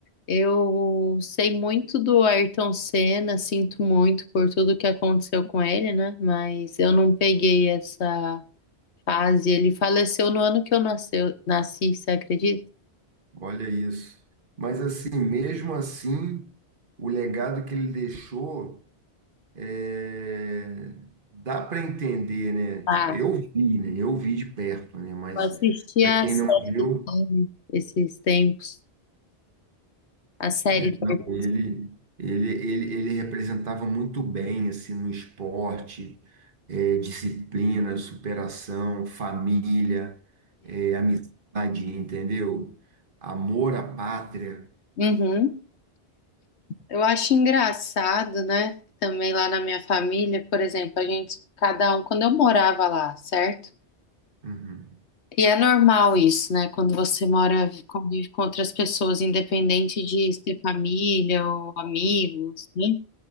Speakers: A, on the left (about 85°); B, on the right (about 55°).
A: Eu sei muito do Ayrton Senna, sinto muito por tudo que aconteceu com ele, né? Mas eu não peguei essa fase. Ele faleceu no ano que eu nasceu, nasci, você acredita?
B: Olha isso. Mas assim, mesmo assim, o legado que ele deixou. é, dá para entender, né?
A: Ah,
B: Tipo, eu vi, né? Eu vi de perto, né? Mas
A: eu assisti
B: para
A: a
B: quem
A: série
B: não viu,
A: dele esses tempos. A série
B: é,
A: do
B: não,
A: Ayrton
B: ele, ele, ele, ele representava muito bem assim no esporte, é, disciplina, superação, família, é, amizade, entendeu? Amor à pátria.
A: Uhum. Eu acho engraçado, né? Também lá na minha família, por exemplo, a gente, cada um, quando eu morava lá, certo?
B: Uhum.
A: E é normal isso, né? Quando você mora, convive com outras pessoas, independente de ser família ou amigos, né?